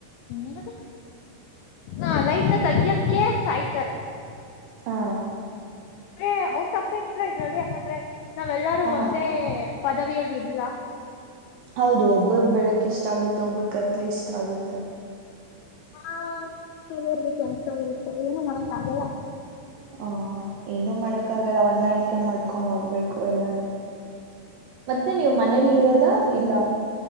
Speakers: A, on the left; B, on the right.
A: ಏನದು ಹ ಲೈಟ್ ತೆಗಿಯಕ ಸಾಯ್ತಾರೆ
B: ಹಾ
A: ಅಂದ್ರೆ ಅವ್ರ ತಪ್ಪೇನಿಲ್ಲ ಇದ್ರಲ್ಲಿ ಯಾಕಂದ್ರೆ ನಾವೆಲ್ಲಾರೂ
B: ಹ
A: ಒಂದೇ ಪದವಿಯಲ್ಲಿ ಇಲ್ಲಾ
B: ಹೌದು ಒಬ್ರಗ್ ಬೆಳಕ ಇಷ್ಟ ಆಗುತ್ತೆ ಒಬ್ರ ಕತ್ಲಿ ಇಷ್ಟ ಆಗುತ್ತೆ
A: ಹಾ ಕೆಲವ್ರರಿಗೆ ಕೆಲ್ಸ ಇರುತ್ತದೆ ಏನು ಮಾಡಕ್ ಆಗಲ್ಲ
B: ಹ ಏನುೂ ಮಾಡಕ್ಕ ಆಗಲ್ಲ ಹೊಂದಾಣಿಕೆ ಮಾಡ್ಕೊಂಡ್ ಹೋಗ್ಬೇಕು ಎಲ್ಲಾನು ಮತ್ತೆ ನೀವು ಮನೆಲಿ ಇರೋದ ಇಲ್ಲ